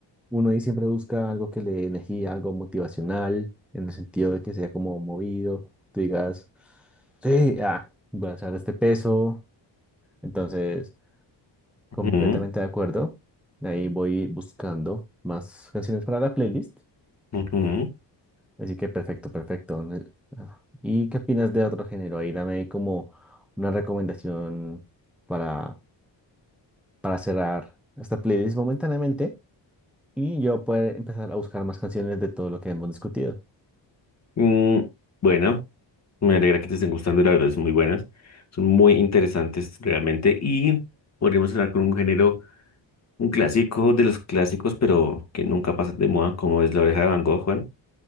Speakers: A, in the centre; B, on the left.
A: uno ahí siempre busca algo que le dé energía, algo motivacional, en el sentido de que sea como movido. Tú digas, sí, ah, voy a hacer este peso. Entonces, completamente
B: Ujú,
A: de acuerdo. Ahí voy buscando más canciones para la playlist.
B: ujú.
A: Así que perfecto, perfecto. Ne- ah, ¿Y qué opinas de otro género? Ahí dame como una recomendación para. cerrar esta playlist momentáneamente y yo poder empezar a buscar más canciones de todo lo que hemos discutido.
B: Mm, bueno, me alegra que te estén gustando, la verdad, son muy buenas, son muy interesantes realmente y podríamos hablar con un género Un clásico de los clásicos, pero que nunca pasa de moda, como es La Oreja de Van Gogh, Juan.